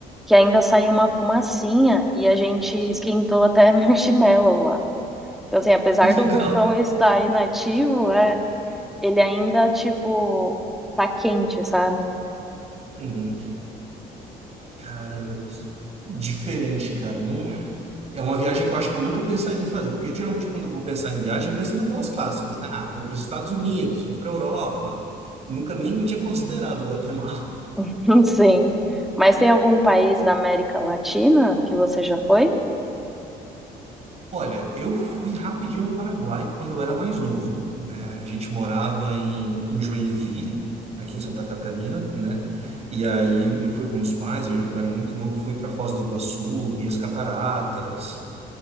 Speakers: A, in the centre; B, on the right.
A: que ainda saiu uma fumacinha e a gente esquentou até <laughs> marshmallow lá. Então, assim, apesar
B: <laughs>
A: do
B: Legal.
A: vulcão estar inativo, é, ele ainda, tipo, tá quente, sabe?
B: Uhum. Caramba, que diferente, cara. Não... É uma viagem que eu acho que eu nunca pensaria em fazer, porque geralmente quando eu vou pensar em viagem, eu penso naquelas clássicas, né? Ah, vou para os Estados Unidos, vou para a Europa. Nunca nem tinha considerado o Guatemala.
A: <laughs> Não sei. Mas tem algum país da América Latina que você já foi?
B: Olha, eu fui rapidinho no Paraguai quando eu era mais novo, né? A gente morava em, em Joinville, aqui em Santa Catarina, né? E aí eu fui com meus pais, eu era muito novo, fui para Foz do Iguaçu, vi as cataratas,